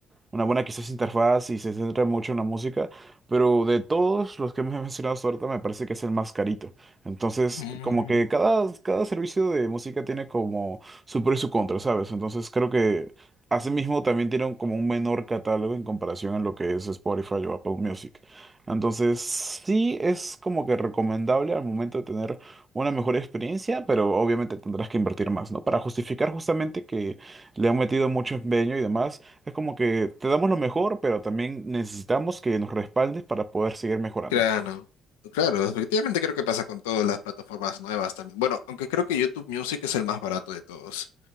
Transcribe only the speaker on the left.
Mm,
Claro, claro, efectivamente creo que pasa con todas las plataformas nuevas también. Bueno, aunque creo que YouTube Music es el más barato de todos.